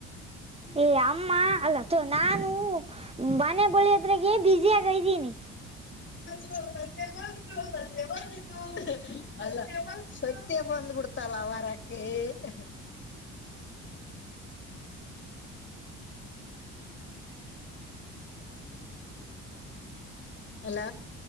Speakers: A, on the right; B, on the left.
A: ಏ ಅಮ್ಮ ಅಲ್ಲ ತು ನಾನು ಬಾನೆ ಬಲೇಯೊದ್ರಗೆ ಬಿಜ಼ಿಯಗದಿನಿ.
B: ಸತ್ಯ ಬಂತು ಸತ್ಯ ಬಂತು. ಅಲ್ಲ ಸತ್ಯ ಬಂದ್ಬಿಡ್ತಲ್ಲ ವರಕ್ಕೆ. <inaudible> ಅಲ್ಲ